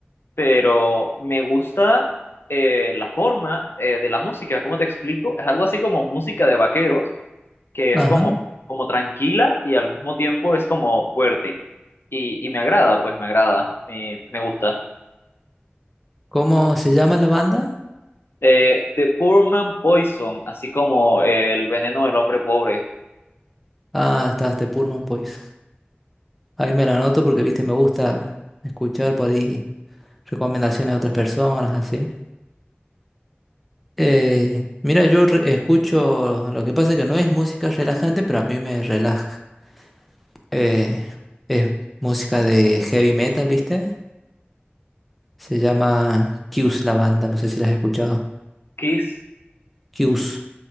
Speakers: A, on the left; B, in the centre.
A: pero me gusta eh, la forma eh, de la música. ¿Cómo te explico? Es algo así como música de vaqueros, que es
B: Ajá.
A: como, como tranquila y al mismo tiempo es como fuerte. Y, y me agrada, pues me agrada, eh, me gusta.
B: ¿Cómo se llama la banda?
A: Eh, The Poor Man Poison, así como eh, el veneno del hombre pobre.
B: Ah, está este Pullman Boys. Ahí me la anoto porque, viste, me gusta escuchar por ahí recomendaciones de otras personas, así. Eh, mira, yo re- escucho, lo que pasa es que no es música relajante, pero a mí me relaja. Eh, es música de heavy metal, ¿viste? Se llama Q's la banda, no sé si la has escuchado.
A: Kiss,
B: Q's.